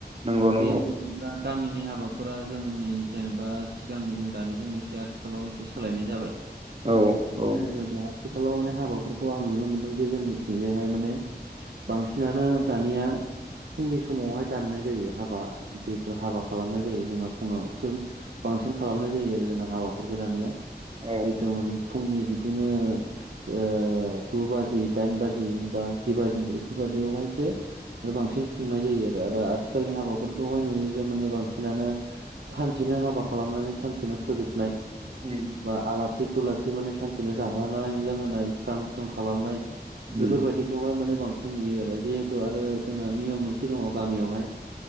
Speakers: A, on the right (about 35°); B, on the right (about 75°).
A: नंगौ
B: जिहेथु
A: नंगौ
B: दा गामिनि हाबाफोरा जोंनि जेनेबा सिगांनि जों दानिजों एसे आथिखाल खालाव एसे सोलायनाय जाबाय
A: औ औ
B: मानो होनोब्ला आथिखालाव माने हाबाफोरखौ आं नुनो मोनदों जे जोंनिथिंजायहाय माने बांसिनानो दानिया फुंनि समावहाय दाननाय जायो हाबा जिहेथु हाबा खालामनाय जायो जोंना फुङाव सोब बांसिन खालामनाय जायो आरो जोंना हाबाफोरखौ दानिया
A: औ
B: जिहेथु माने फुंनि बिदिनो ओ गु बाजि दाइन बाजि बा जि बाजि बेफोरबायदियावहायसो आरो बांसिन खुंनाय जायो आरो आरो आथिखालनि हाबाफोरखौहाय नुयो जे माने बांसिनानो सानसेनो हाबा खालामनानै सानसेनो फोजोबनाय
A: उम
B: बा आलासि थुलासि माने सानसेनो जाहोनाय लोंहोनाय स्रां स्रां खालामनाय।
A: उम
B: बेफोरबायाददिखौहाय माने बांसिन नुयो आरो जिहेथु आरो जोंना नियम मोनसे दङ' गामियावहाय।